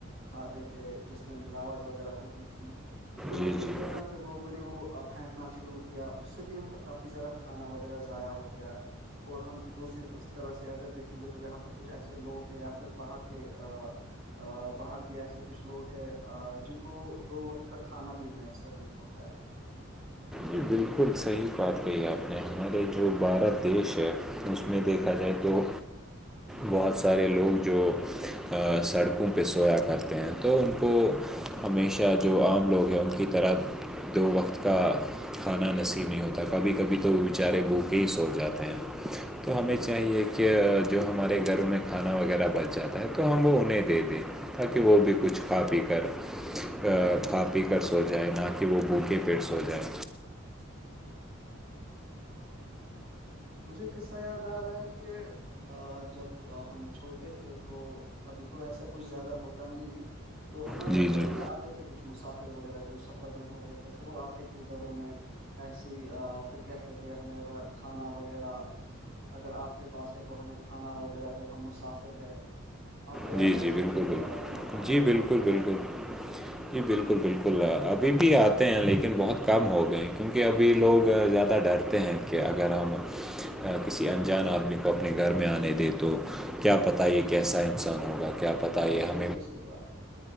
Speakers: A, on the right (about 80°); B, in the centre.
A: کھاتے تھے جس میں ملاوٹ وغیرہ ہوتی تھی پھر
B: جی
A: ہم نے کیا
B: جی
A: کافی پھر لوگوں نے وہ پھیکنا شروع کیا اس سے بھی یہاں پر کافی زیادہ کھانا وغیرہ ضائع ہو گیا اور ہم دوسری طرح سے اگر دیکھیں گے تو یہاں پر کچھ ایسے لوگ ہیں یا پھر باہر کے ا باہر بھی ایسے کچھ لوگ ہیں ا جن کو دو وقت کا کھانا بھی میسر نہیں ہوتا ہے
B: جی بالکل صحیح بات کہی آپ نے ہمارے جو بھارت دیش ہے اس میں دیکھا جائے تو بہت سارے لوگ جو سڑکوں پہ سویا کرتے ہیں تو ان کو ہمیشہ جو عام لوگ ہیں ان کی طرح دو وقت کا کھانا نصیب نہیں ہوتا کبھی کبھی تو وہ بیچارے بھو کے ہی سو جاتے ہیں تو ہمیں چاہیے کہ جو ہمارے گھروں میں کھانا وغیرہ بچ جاتا ہے تو ہم وہ انہیں دے دیں تاکہ وہ
A: بالکل
B: بھی کچھ
A: صحیح
B: کھا
A: بات
B: پی
A: ہے
B: کر ا کھا پی کر سو جائے نہ کہ وہ بو کےبھوکے پیٹ سو جائے
A: مجھےایک قصہ یاد آ رہا ہے کہ ا جب ہم چھوٹے تھے تو ابھی تو ایسا کچھ زیادہ ہوتا نہیں ہے تو ہمارے
B: جی
A: گھروں
B: جی
A: میں آتے تھے کچھ مسافر وغیرہ جو سفر میں ہوتے تھے پھر وہ آتے تھے گھروں میں ایسی ہی پھر کہتے تھے ہمیں کھانا و وغیرہ اگر آپ کے پاس ہے تو ہمیں کھانا وغیرہ دو ہم مسافر ہے آپ کو یاد
B: جی
A: ہے ایسا
B: جی بالکل
A: کوئی
B: بالکل
A: ا ا
B: جی بالکل
A: معاملہ
B: بالکل جی بالکل بالکل ابھی بھی آتے ہیں لیکن بہت کم ہو گئے کیونکہ ابھی لوگ زیادہ ڈر تے ہیں کہ اگر ہم کسی انجان آدمی کو اپنے گھر میں آنے دیں تو کیا پتا یہ کیسا انسان ہوگا کیا پتا یہ
A: ہاں
B: ہم
A: بالکل صحیح بات ہے